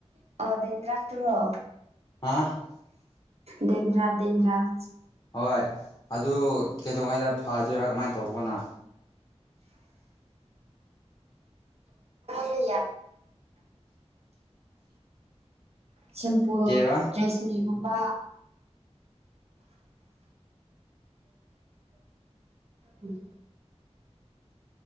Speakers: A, on the right; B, on the left.
A: ꯑ ꯗꯦꯟꯇ꯭ꯔꯐ ꯇ꯭ꯔꯣ
B: ꯑ
A: ꯗꯟ ꯔꯐ ꯗꯟ ꯔꯥꯞ
B: ꯍꯣꯏ ꯑꯗꯨ ꯀꯩꯗꯧꯉꯩꯗ ꯐꯗꯣꯏꯔꯥ ꯀꯃꯥꯏꯅ ꯇꯧꯕꯅꯣ
A: ꯔꯦ ꯁꯤꯝꯄꯨ
B: ꯀꯦꯕ
A: ꯗ꯭ꯔꯦꯁꯃꯤꯒꯨꯝꯕ
B: <unintelligible>
A: ꯎ